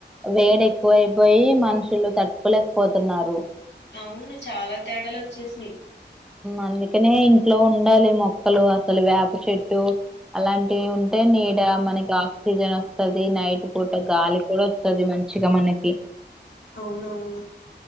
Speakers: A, in the centre; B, on the left (about 75°).
A: వేడి ఎక్కువయిపోయి మనుషులు తట్టుకోలేకపోతున్నారు
B: అవును చాలా తేడాలు వచ్చేసినాయి
A: అందుకనే ఇంట్లో ఉండాలి మొక్కలు అసలు వేప చెట్టు అలాంటివి ఉ తె నీడ మనకి ఆక్సిజన్ వస్తది నైట్ పూట గాలి కూడా వస్తది మంచిగా మనకి
B: అవునవును